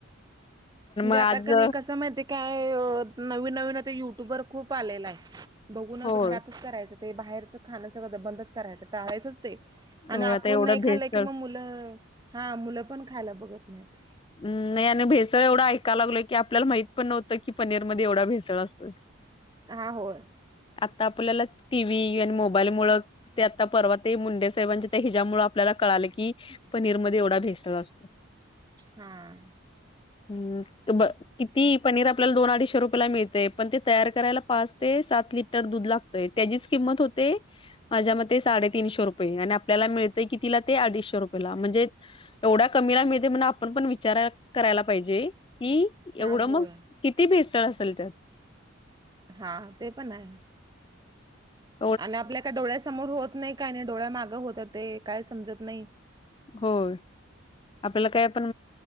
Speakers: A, on the right; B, on the left.
A: म्हणजे
B: आज
A: आता का नाही कसं माहितीय काय नवीन, नवीन आता युट्युबर खूप आलेला आहे. बघूनच
B: होय
A: घरातच करायचं ते बाहेरचं खाणं सगळं बंदच करायचं टाळायचंच ते. आणि
B: हो
A: आपण
B: आता एवढं
A: नाही
B: भेसळ
A: खाल्लं कि मग मुलं हा मुलं पण खायला बघत नाहीत.
B: म नाही आणि भेसळ एवढा ऐकाय लागलो की आपल्याला माहित पण नव्हतं कि पनीर मध्ये एवढा भेसळ असतो.
A: हा, होय.
B: आता आपल्याला टी, व्ही आणि मोबाईल मुळ ते आता परवा ते मुंडे साहेबांच्या त्या हिजामुळ आपल्याला कळाले की पनीरमध्ये एवढा भेसला असतो
A: हम्म
B: हम्म त ब किती पनीर आपल्याला दोन अडीचशे रुपयाला मिळतेय पण ते तयार करायला पाच ते सात लिटर दूध लाग त्याचीच किंमत होते माझ्या मते साडेतीीनशे रुपये आणि आपल्याला मिळतय कि तिला ते अडीचशे रुपयेला म्हणजे एवढ्या कमीला मिळते म्हण आपण पण विचारा करायला पाहिजे कि
A: हा
B: एवढं
A: होय
B: मग किती भिसतळ असेल त्यात
A: हा ते पण आहे
B: होम
A: आणि आपल्या काय डोळ्यासमोर होत नाही काय नाही डोळ्या मागं होत ते काय समजत नाही
B: होय आपल्याला काय पण